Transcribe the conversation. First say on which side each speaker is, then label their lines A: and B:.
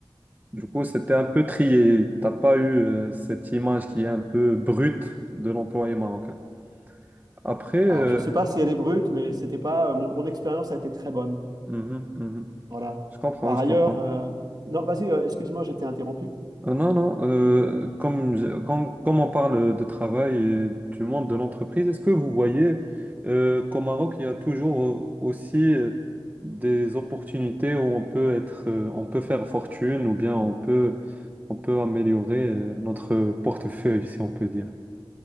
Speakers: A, on the right (about 20°); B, on the right (about 45°).
A: Du coup, c'était un peu trié. T'as pas eu euh, cette image qui est un peu brute de l'employé marocain. Après, euh,
B: Alors, je ne sais pas si elle est brute, mais c'était pas, euh, mon, mon expérience a été très bonne.
A: mhm, mhm.
B: Voilà.
A: Je comprends,
B: Par
A: je
B: ailleurs,
A: comprends.
B: euh, non, vas-y, euh, excuse-moi, j'étais interrompu.
A: Euh, Non, non, euh, comme, je- comme, comme on parle de travail et du monde de l'entreprise, est-ce que vous voyez euh, qu'au Maroc, il y a toujours euh, aussi euh, des opportunités où on peut être, euh, on peut faire fortune ou bien on peut, on peut améliorer euh, notre portefeuille, si on peut dire.